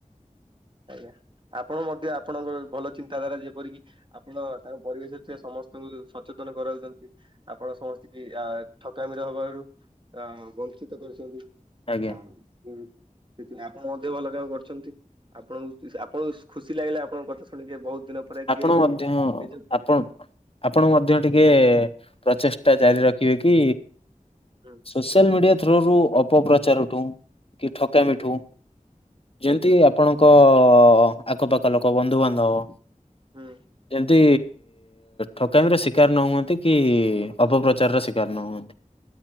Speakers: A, on the right; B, on the left.
A: ଆଜ୍ଞା ଆପଣ ମଧ୍ୟ ଆପଣଙ୍କର ଭଲ ଚିନ୍ତାଧାରା ଯେପରିକି ଆପଣ ତାଙ୍କ ପରିବେଶ ରେ ଥିବା ସମସ୍ତଙ୍କୁ ସଚେତନ କରାଉଚନ୍ତି। ଆପଣ ସମସ୍ତିକି ଆ ଠକାମିର ହବାରୁ ଅ ବଞ୍ଚିତ କରିଚନ୍ତି।
B: ଆଜ୍ଞା
A: ଆଉ ସେଥିପାଇଁ ଆପଣ ମଧ୍ୟ ଭଲ କାମ କରଚନ୍ତି। ଆପଣଙ୍କୁ ଆପଣଙ୍କୁ ଖୁସି ଲାଗିଲା ଆପଣଙ୍କ କଥା ଶୁଣିକି ବହୁତ। ଦିନ ପରେ କିଏ
B: ଆପଣ ମଧ୍ୟ
A: ନିଜ
B: ଆପ ଆପଣ ମଧ୍ୟ ଟିକେ
A: ଆଜ୍ଞା
B: ପ୍ରଚେଷ୍ଟା ଜାରି
A: ଆଜ୍ଞା
B: ରଖିବେ କି
A: ହୁଁ
B: ସୋସିଆଲ ମିଡିଆ ଥ୍ରୋଓରୁ ଅପପ୍ରଚାର ଠୁ କି ଠକାମିଠୁ
A: ଆଜ୍ଞା
B: ଯେମିତି
A: ଆଜ୍ଞା
B: ଆପଣଙ୍କ ଆଖପାଖ ଲୋକ ବନ୍ଧୁବାନ୍ଧବ
A: ହୁଁ।
B: ଯେମତି ଠକାମିର ଶିକାର ନ ହୁଅନ୍ତି କି ଅପପ୍ରଚାର ର ଶିକାର ନ ହୁଅନ୍ତି।